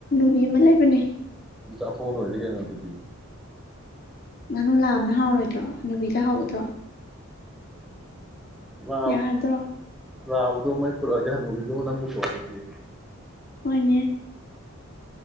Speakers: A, on the left; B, in the centre.
A: ꯃꯤ ꯑꯃ ꯂꯩꯕꯅꯦ
B: ꯆꯥꯊꯣꯛꯑ ꯂꯣꯏꯔꯒꯦꯅ ꯑꯗꯨꯗꯤ
A: ꯉꯪꯅꯨ ꯂꯥꯕꯅ ꯍꯥꯎꯔꯣꯏꯣ ꯅꯠꯇ꯭ꯔꯣ ꯅꯨꯕꯤꯗ ꯍꯧꯒꯗ꯭ꯔꯣ
B: ꯋꯥ
A: ꯌꯥꯗ꯭ꯔꯣ
B: ꯂꯥꯛꯑꯗꯣ ꯃꯥꯏ ꯄꯨꯨꯔꯛꯑꯒ ꯅꯨꯕꯤꯗꯨ ꯅꯪ ꯄꯨꯊꯣꯑ ꯑꯗꯨꯗꯤ
A: ꯍꯣꯏꯅꯦ